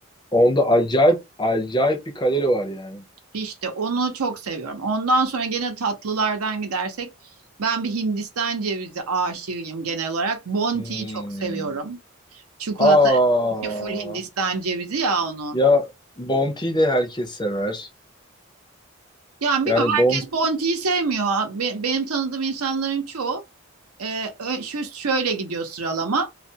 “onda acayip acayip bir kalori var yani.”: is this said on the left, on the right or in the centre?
Left